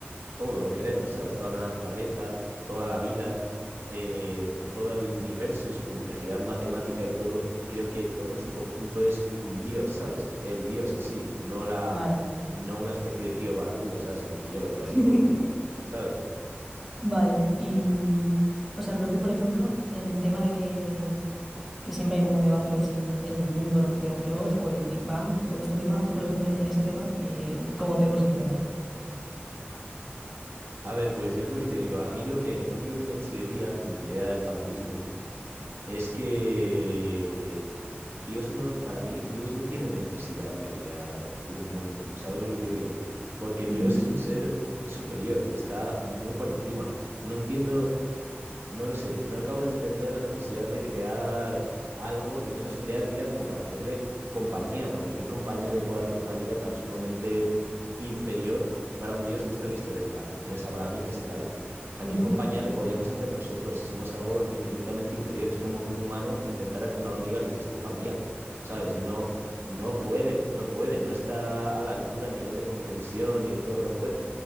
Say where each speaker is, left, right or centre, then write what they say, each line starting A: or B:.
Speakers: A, on the right; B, in the centre.
A: todo lo que vemos, ¿sabes? Toda la naturaleza, toda la vida, eh, eh, todo el universo y su complejidad matemática y todo, creo que todo en su conjunto es un dios, ¿sabes? El dios en sí, no la,
B: Vale.
A: no una especie de tío barbudo, ¿sabes? En el cielo que lo
B: <laughs>
A: ha hecho todo, ¿sabes?
B: Vale, y, o sea, pero tú, por ejemplo, en el tema de que que siempre hay como un debate de si el, el mundo lo creó Dios o el Big Bang, todo este tema. Tú, por ejemplo, en ese tema, eh, ¿cómo te posicionas?
A: A ver, pues yo es lo que te digo. A mí lo que, lo único que me chirría con mi idea del panteísmo Es que Dios no, para mí, Dios no tiene necesidad de crear un mundo, ¿sabes lo que te digo? Porque Dios
B: Ujú,
A: es un ser superior, que está muy por encima. No entiendo, no lo sé, no acabo de entender la necesidad de crear algo y menos crear vida como para hacerle compañía, porque ¿qué compañía le puede hacer una vida tan sumamente inferior para un dios? Esto visto desde las religiones abrahámicas y tal. O sea,
B: Ujú.
A: ¿qué compañía le podríamos hacer nosotros si somos algo infinitamente inferior? Es como que un humano intentara que una hormiga le hiciese compañía, ¿sabes? No, no puede, no puede, no está a la altura a nivel de comprensión y de todo, no puede.